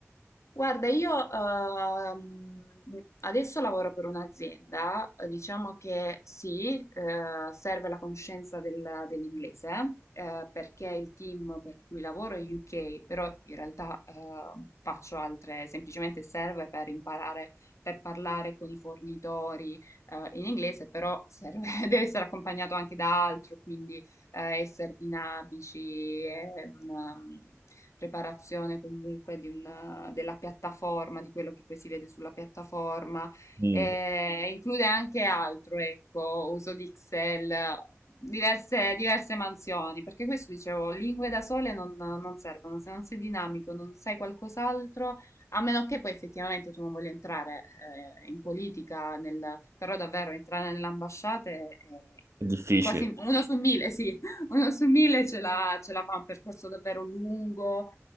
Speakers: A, on the left; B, on the right.
A: Guarda, io ehm, adesso lavoro per un'azienda, eh, diciamo che sì, eh, serve la conoscenza del- dell'inglese, eh, perché il team per cui lavoro è UK, però in realtà eh, faccio altre, semplicemente serve per imparare, per parlare con i fornitori eh, in inglese, però serve- <laughs> deve essere accompagnato anche da altro, quindi eh, essere dinamici, è una mm, preparazione comunque di una- della piattaforma, di quello che poi si vede sulla piattaforma.
B: Mm,
A: E include anche altro, ecco, uso di Excel, diverse, diverse mansioni, perché questo dicevo, lingue da sole non, non servono, se non sei dinamico, non sai qualcos'altro, a meno che poi effettivamente tu non voglia entrare eh, in politica, nel- però davvero entrare nelle ambasciate è
B: è difficile.
A: quasi uno su mille, sì, una su mille ce la, ce la fa un percorso davvero lungo,